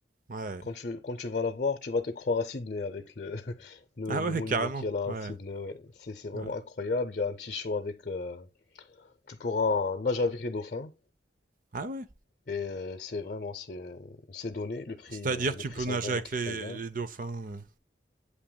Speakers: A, on the right; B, on the left.
A: ouais.
B: Quand tu, quand tu vas la voir, tu vas te croire à Sydney avec le, <laughs> le,
A: Ah
B: le
A: ouais,
B: monument
A: carrément.
B: qu'il y a là
A: Ouais,
B: à Sydney. ouais. C'est, c'est vraiment
A: ouais.
B: incroyable, il y a un petit show avec... euh, tu pourras nager avec les dauphins.
A: Ah ouais.
B: Et euh, c'est vraiment, c'est, euh, c'est donné, le prix,
A: C'est-à-dire,
B: euh, les
A: tu
B: prix
A: peux
B: sont
A: nager
B: vraiment
A: avec
B: très
A: les,
B: bien.
A: les dauphins. euh.